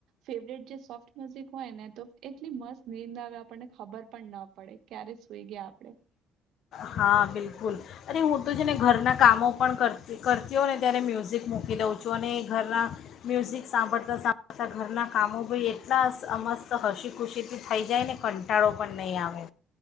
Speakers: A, on the right; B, on the left.
A: ફેવરેટ જે સોફ્ટ મ્યુઝિક હોય, ને તો એટલી મસ્ત નીંદ આવે આપણને ખબર પણ ના પડે ક્યારે જોઈ ગયા આપડે.
B: હા, બિલકુલ અરે હું તો છે ને ઘરના કામો પણ કરતી કરતી હો ને ત્યારે મ્યુઝિક મૂકી દઉં છું, અને ઘરના મ્યુઝિક સાંભળતા સાંભળતાં ઘરના કામો બ એટલા મસ્ત હસી ખુશીથી થઈ જાય ને કંટાળો પણ નહીં આવે.